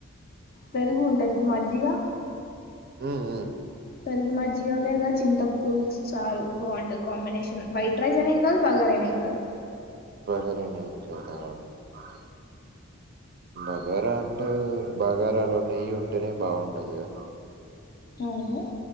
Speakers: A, on the left; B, on the right.
A: పెరుగు ఉంటది చూడు మజ్జిగా,
B: హ్మ్ హ్ము
A: పెరుగు మజ్జిగ లేదా చింత పులుసు చారు బాగుంటుది. కాంబినేషన్ వైట్ రైస్ అయిన ఏం గాదు బగార అయిన ఏం గాదు
B: బగారైన ఏం కదా ఓకే. బగారా అంటే బగారాలో నెయ్యి ఉంటేనే బాగుంటది కదా
A: అవును